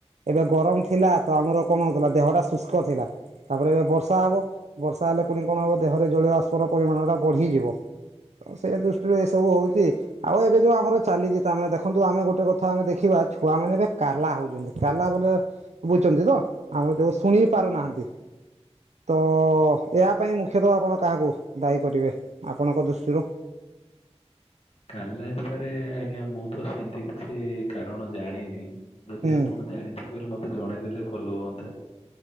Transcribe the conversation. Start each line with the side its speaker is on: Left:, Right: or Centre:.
Right: ଏବେ ଗରମ ଥିଲା ତ ଆମର। କଣ ହୋଉଥିଲା ଦେହଟା ଶୁଷ୍କ ଥିଲା। ତାପରେ ଏବେ ବର୍ଷା ହବ ବର୍ଷା ହେଲେ ପୁଣି କଣ ହବ ଦେହରେ ଜଳିୟ ବାଷ୍ପ ର ପରିମାଣ ଟା ବଢିଯିବ। ତ ସେ ଦୃଷ୍ଟିରୁ ଏ ସବୁ ହୋଉଛି ଆଉ ଏବେ ଯୋଉ ଆମର ଚାଲିଛି ତାମାନେ ଦେଖନ୍ତୁ ଆମେ ଗୋଟେ କଥା ଆମେ ଦେଖିବା ତା ଛୁଆଁ ମାନେ ଏବେ କାଲା ହୋଉଛନ୍ତି କାଲା ବୋ ବୁଝୁଛନ୍ତି ତ? ଆମର କେହିଁ ଶୁଣି ପାରୁନାହାନ୍ତି। ତ ଏହା ପାଇଁ ମୁଖ୍ୟତଃ ଆପଣ କାହାକୁ ଦାୟୀ କରିବେ ଆପଣଙ୍କ ଦୃଷ୍ଟିରୁ
Left: କାଲା ହିସରେ ଆଜ୍ଞା ମୁଁ ତ ସେମତି କିଛି କାରଣ ଜାଣିନି ଯଦି
Right: ହୁଁ
Left: ଆପଣ ଜାଣିଥିବେ ତେବେ ମତେ ଜଣେଇ ଦେଲେ ଭଲ ହୁଅନ୍ତା।